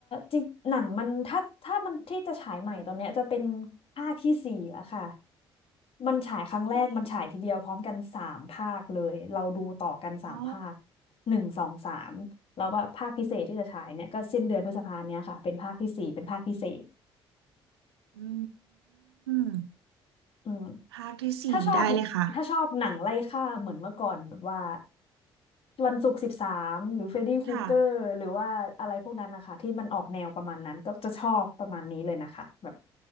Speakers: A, on the left; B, on the right.
A: จริงหนังมันถ้าถ้ามันที่จะฉายใหม่ตอนเนี้ยจะเป็นภาคที่สี่แล้วค่ะมันฉายครั้งแรกมันฉายทีเดียวพร้อมกันสามภาคเลยเราดูต่อกันสามภาค
B: สี่อ๋อ
A: หนึ่งสองสามแล้วว่าภาคพิเศษที่จะฉายเนี่ยก็สิ้นเดือนพฤษภาเนี้ยค่ะเป็นภาคที่สี่เป็นภาคพิเศษ
B: อืม
A: อืม
B: ภาคที่สี่ได้เลยค่ะ
A: ถ้าชอบถ้าชอบหนังไล่ฆ่าเหมือนเมื่อก่อนแบบว่าวันศุกร์สิบสามหรือเฟรดดี้ครูเกอร์หรือว่าอะไรพวกนั้นนะคะที่มันออกแนวประมาณนั้นก็จะชอบประมาณนี้เลยนะคะแบบ
B: ค่ะ